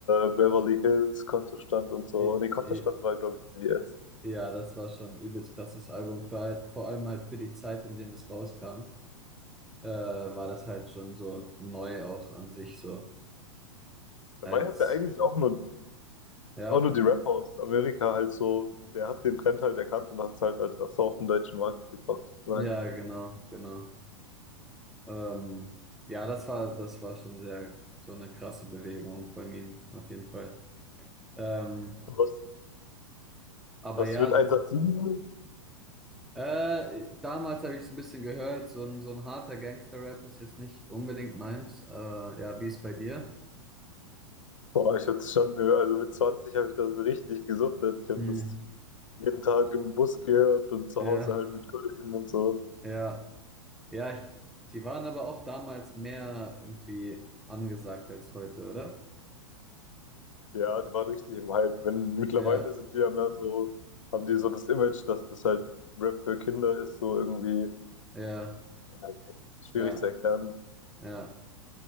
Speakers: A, on the left; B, in the centre.
A: Beverly Hills, Kontostand und so.
B: I,
A: Nee, Kontostand
B: i,
A: war, glaube ich, BBS.
B: ja, das war schon ein übelst krasses Album, vor all- vor allem halt für die Zeit, in dem es rauskam. äh, war das halt schon so neu auch an sich so
A: Dabei
B: als,
A: hat der eigentlich auch nur,
B: ja,
A: auch nur die Rapper aus Amerika halt so, der hat den Trend halt erkannt und hat es halt als erster auf den deutschen Markt gebracht. Nein.
B: ja, genau, genau. Ähm, ja, das war, das war schon sehr so eine krasse Bewegung von ihm, auf jeden Fall. Ähm,
A: Und Was,
B: aber
A: was
B: ja,
A: wird 187?
B: äh, damals habe ich es ein bisschen gehört, so ein, so ein harter Gangster-Rap ist jetzt nicht unbedingt meins. Äh, ja, wie ist bei dir?
A: Boah, ich hab's schon, also mit 20 habe ich das richtig gesuchtet. Ich habe
B: Hm,
A: das jeden Tag im Bus gehört und zu
B: ja,
A: Hause halt mit Kollegen und so.
B: ja, ja, ich, die waren aber auch damals mehr irgendwie angesagt als heute, oder?
A: Ja, die waren richtig im Hype. Wenn mittlerweile
B: Ja,
A: sind die ja mehr so, haben die so das Image, dass das halt Rap für Kinder ist, so irgendwie
B: ja.
A: ja, schwierig
B: Ja,
A: zu erklären.
B: ja.